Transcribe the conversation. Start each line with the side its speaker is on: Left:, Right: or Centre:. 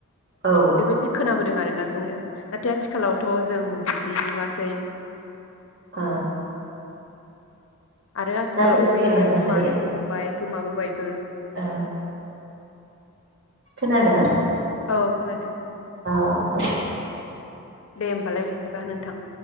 Right: औ
Left: बेबायदि खोनाबोदों आरोना जोङो नाथाय आथिखालावथ' जों बिदि नुवाखै
Right: ओ
Left: आरो आथिखालाव
Right: जाथ'सिगोन
Left: बेबायदिया
Right: नामा
Left: गोमानोबो
Right: दायो
Left: हमबाय गोमाबोबाय
Right: ओ खोनादो
Left: औ खोनादों
Right: अह दे
Left: दे होमबालाय बिदिबा नोंथां।